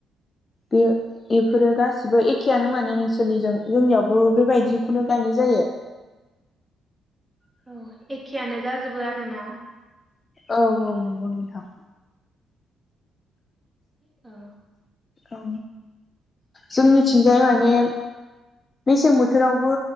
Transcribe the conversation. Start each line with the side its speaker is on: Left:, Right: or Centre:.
Left: बि एफोरो गासिबो एखेयानो माने नोंसोरनिजों जोंनियावबो बेबायदिखौनो गायनाय जायो।
Centre: <inaudible> औ एखेयानो जाजोबो आरोना।
Left: औ औ नंगौ नोंथां।
Centre: औ।
Left: औ जोंनिथिंजाय माने मेसें बोथोरावबो